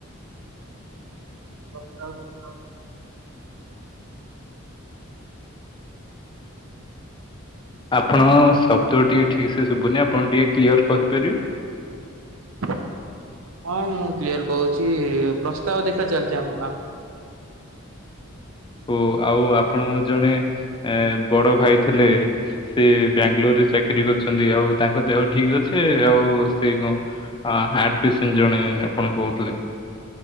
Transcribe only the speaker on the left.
ଆପଣ ଶବ୍ଦ ଟିକେ ଠିକ୍ ସେ ଶୁବୁନି। ଆପଣ ଟିକେ କ୍ଲିୟର କହି ପାରିବେ?
ଓ ଆଉ ଆପଣଙ୍କ ଜଣେ ଏ ବଡ ଭାଇ ଥିଲେ। ସେ ବାଙ୍ଗାଲୋର ରେ ଚାକିରି କରିୁଚନ୍ତି। ଆଉ ତାଙ୍କ ଦେହ ଠିକ ଅଛି? ସେ ଆଉ ସେଇ କଣ ହାଟ୍ ପେସେଣ୍ଟ ଜଣେ ଆପଣ କୋହୁଥିଲେ।